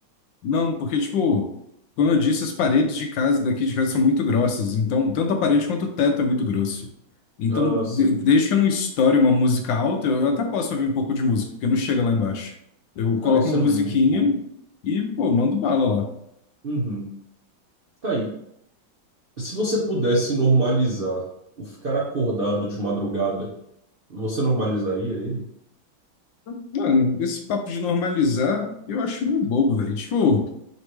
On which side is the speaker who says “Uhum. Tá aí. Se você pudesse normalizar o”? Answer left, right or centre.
Right